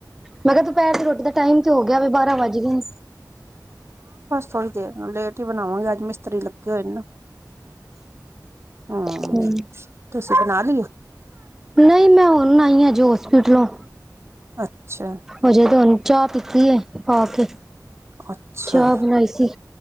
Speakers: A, in the centre; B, on the right (about 35°).
A: ਮੈਂ ਕੈ ਦੂੰਪੈਰ ਦੀ ਰੋਟੀ ਦਾ ਟਾਈਮ ਤੇ ਹੋ ਗਿਆ ਵੇ ਬਾਰਾਂ ਵੱਜ ਗੇਣ।
B: ਥੋਰੀ ਦੇਰ ਨੂੰ ਲੇਟ ਈ ਬਣਾਵਾਂਗੇ ਅੱਜ ਮਿਸਤਰੀ ਲੱਗੇ ਹੋਏ ਨਾ। ਹਮ
A: ਹੂੰ,
B: ਤੁਸੀਂ ਬਣਾ ਲਈਏ
A: ਨਹੀਂ ਮੈਂ ਹੁਣ ਆਈ ਆ। ਜੇ ਹੋਸਪਿਟਲੋਂ।
B: ਅੱਛਾ।
A: ਹਜੇ ਤੇ ਹੁਣ ਚਾਹ ਪੀਤੀ ਹੈ, ਆ ਕੇ।
B: ਅੱਛਾ
A: ਚਾਹ ਬਣਾਈ ਸੀ,